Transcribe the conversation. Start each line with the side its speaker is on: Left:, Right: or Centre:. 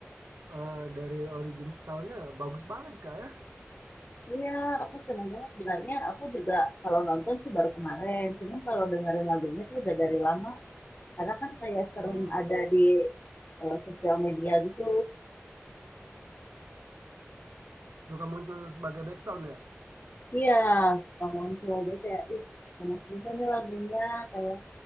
Right: eh, dari origin soundnya bagus banget kak ya.
Left: Iya, aku seneng banget. Sebenarnya aku juga kalau nonton sih baru kemarin. Cuma kalau dengerin lagunya tuh udah dari lama Karena kan kayak sering
Right: Hmm,
Left: ada di eh, sosial media gitu.
Right: Suka muncul sebagai back sound ya.
Left: Iya, suka muncul. Jadi kayak, ih enak juga nih lagunya. Kayak